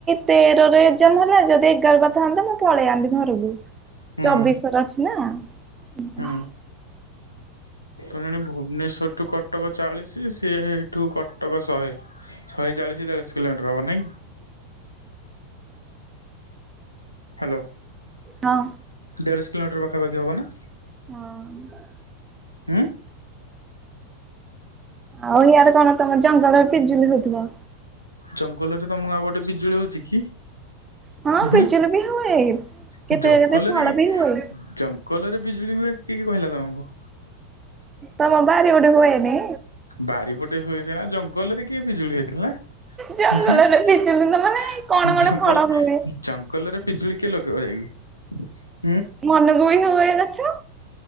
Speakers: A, on the right (about 20°); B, on the left (about 85°).
A: ତେରରେ ଏକ୍ଜାମ ହେଲା ଯଦି ଏଗାର କରିଥାନ୍ତା ମୁଁ ପଳେଇଆନ୍ତି ଘରୁକୁ
B: ହୁଁ
A: ଚବିଶର ଅଛି ନା <inaudible>
B: ହୁଁ ତ ଜଣେ ଭୁବନେଶ୍ୱରଠୁ କଟକ ଚାଳିଶୀ। ସିଏ ହେଇଠୁ କଟକ ଶହେ ଶହେ ଚାଳିଶ ଦେଢ଼ଶ କିଲୋମିଟର ହବ ନା କି? ହାଲୋ।
A: ହଁ।
B: ଦେଢଶ କିଲୋମିଟର ପାଖାପାଖି ହବ ନା?
A: ହଁଅ।
B: ଉୁ
A: ଆଉ ହିଆଡେ କଣ ତମ ଜଙ୍ଗଲରେ ପିଜୁଲି ହଉଥିବ।
B: ଜଙ୍ଗଲରେ ତମ ଗାଁ ପଟେ ବିଜୁଳି ହଉଚି କି?
A: ହଁ
B: ଉହୁଁ
A: ପିଜୁଳି ବି ହୁଏ କେତେ
B: ଜଙ୍ଗଲରେ
A: କେତେ ଫଳ ବି ହୁଏ।
B: ଜଙ୍ଗଲରେ ବିଜୁଳି ହୁଏ। କି କି କହିଲା ତମକୁ।
A: ତମ ବାରି ପଟେ ହୁଏନି।
B: ବାରିପଟେ ହୁଏ ସିନା ଜଙ୍ଗଲରେ କିଏ ପିଜୁଳି ହେ ଥିଲା ଉହୁଁ
A: ଜଙ୍ଗଲରେ
B: ହ
A: ପିଜୁଳି ନା ମାନେ କଣ କଣ
B: ଜଙ୍ଗଲ
A: ଫଳ ହୁଏ।
B: ଜଙ୍ଗଲରେ ପିଜୁଳି କିଏ ଲଗ କୁଇଁ <unintelligible>
A: ମନକୁ ହିଁ ହୁଏ ଗଛ।